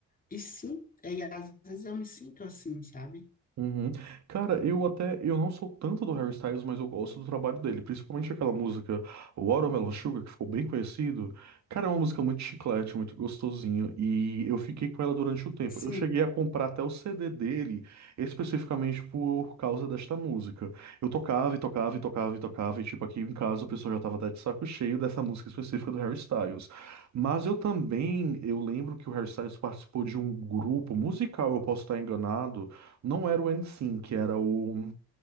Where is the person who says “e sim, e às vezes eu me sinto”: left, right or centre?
Left